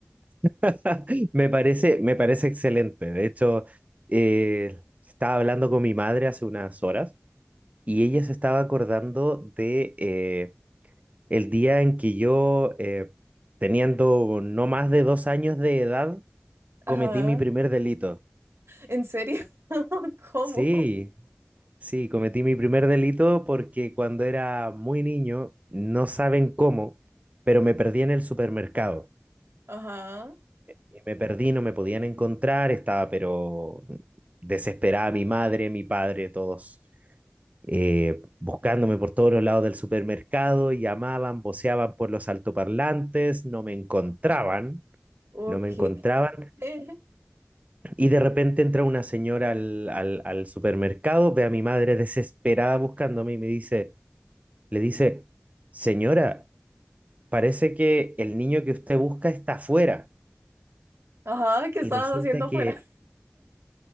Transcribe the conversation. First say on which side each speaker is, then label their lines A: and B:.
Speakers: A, on the right (about 35°); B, on the right (about 80°).
A: <laughs> Me parece, me parece excelente. De hecho, eh, estaba hablando con mi madre hace unas horas y ella se estaba acordando de eh, el día en que yo, eh, teniendo no más de dos años de edad, cometí
B: Ajá,
A: mi primer delito.
B: ¿en serio? <laughs> ¿Cómo?
A: Sí. Sí, cometí mi primer delito porque cuando era muy niño, no saben cómo, pero me perdí en el supermercado.
B: Ajá.
A: Y me perdí, no me podían encontrar, estaba pero desesperada mi madre, mi padre, todos eh, buscándome por todos los lados del supermercado, llamaban, voceaban por los altoparlantes, no me encontraban,
B: Ok.
A: no me encontraban.
B: <laughs>
A: Y de repente entra una señora al, al al supermercado, ve a mi madre desesperada buscándome y me dice... Le dice, señora, parece que el niño que usted busca está afuera
B: Ajá, ¿qué estabas
A: y resulta
B: haciendo afuera?
A: que